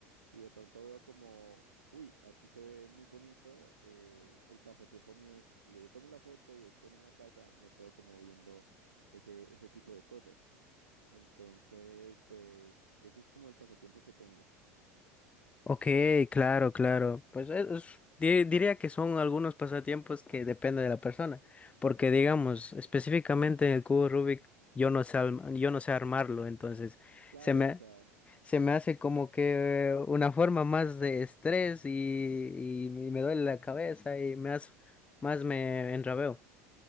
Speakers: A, on the right; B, on the left.
A: y de pronto veo como, uy, aquí se ve muy bonito, eh, el pasatiempo mío es, le tomo la foto y después en la casa me quedo como viendo ese, ese tipo de cosas. Entonces, pues ese es como el pasatiempo que tengo.
B: Ok, claro, claro. Pues es- es- di- diría que son algunos pasatiempos que depende de la persona, porque digamos, específicamente en el cubo Rubik, yo no sé, alm- yo no sé armarlo, entonces
A: Claro,
B: se me,
A: o sea...
B: Se me hace como que una forma más de estrés y, y- y me duele la cabeza y me hace, más me enrabeo.